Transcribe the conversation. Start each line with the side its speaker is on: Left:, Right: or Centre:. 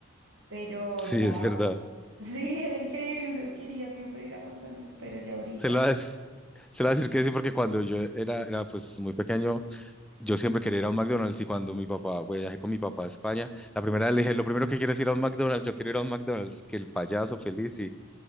Right: Pero
Centre: sí,
Right: ya,
Centre: es verdad.
Right: <laughs> sí, era increíble, uno quería siempre ir a McDonald's, pero ya ahorita,
Centre: Se la <laughs> des- se la voy a decir que sí, porque cuando yo era, era pues muy pequeño, yo siempre quería ir a un McDonald's y cuando mi papá, pues, viajé con mi papá a España, la primera vez le dije, lo primero que quiero es ir a un McDonald's, yo quiero ir a un McDonald's, que el payaso feliz y